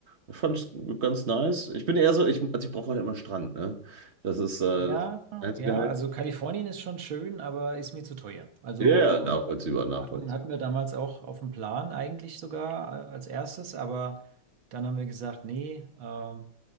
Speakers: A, on the right; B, on the right.
A: Ich fand ganz nice. Ich bin eher so, ich, also ich brauche halt immer Strand, ne? Das ist äh,
B: Ja,
A: das Einzige
B: ja,
A: halt.
B: also Kalifornien ist schon schön, aber ist mir zu teuer. Also
A: Ja, ja,
B: äh,
A: nachvollziehbar, nachvollziehbar.
B: Hatten, hatten wir damals auch auf dem Plan eigentlich sogar äh, als erstes, aber dann haben wir gesagt, nee, ähm,